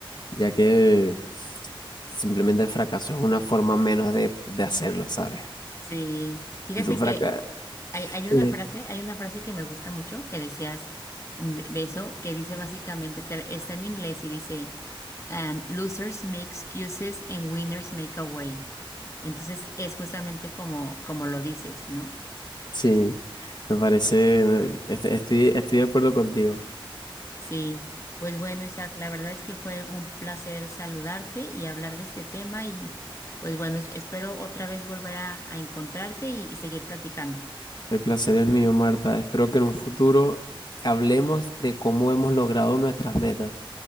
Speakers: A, on the left; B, on the left.
A: ya que simplemente el fracaso es una forma menos de, de hacerlo, ¿sabes?
B: Sí, fíjate
A: Si tú fracasas,
B: que Hay,
A: <laughs>
B: hay una frase, hay una frase que me gusta mucho que decías de, de eso, que dice básicamente, te- está en inglés y dice, um, losers make excuses and winners make a way. Entonces es justamente como, como lo dices, ¿no?
A: sí, me parece, est- estoy, estoy de acuerdo contigo.
B: Sí, pues bueno, Isaac, la verdad es que fue un placer saludarte y hablar de este tema y pues bueno, es- espero otra vez volver a, a encontrarte y y seguir platicando.
A: El placer es mío, Marta. Espero que en un futuro hablemos de cómo hemos logrado nuestras metas.